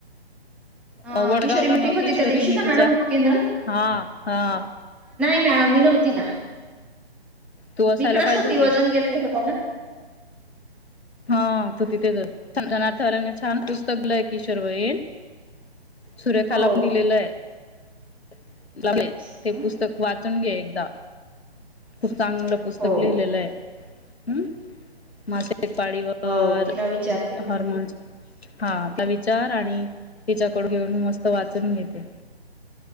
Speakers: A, in the centre; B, on the left (about 70°).
A: अ,
B: हो वडगावला
A: किशोरी मिटिंग
B: न
A: होती
B: किशोरी
A: त्या दिवशी
B: मिच्या
A: का मॅडम उपकेंद्रात?
B: हा हा.
A: मॅड मी नव्हती ना.
B: तू असायला
A: इिकडच
B: पाहिजे
A: होती
B: होतीस.
A: वजन घेतले होता ना.
B: हा तू तिथेच र आणि छान पुस्तक लय कीशर्वयन सुरेखाला
A: हो
B: पण दिलेलं आहे. <unintelligible>
A: असं
B: ते
A: का?
B: पुस्तक वाचून घे एकदा ह. चांगलं पुस्तक
A: हो
B: लिहिलेलं आहे. हम्म मासे पाळीवर
A: हो तिला विचारते
B: हर्मोन्स हा आता विचार आणि तिच्याकड घेऊन मस्त वाचून घेते.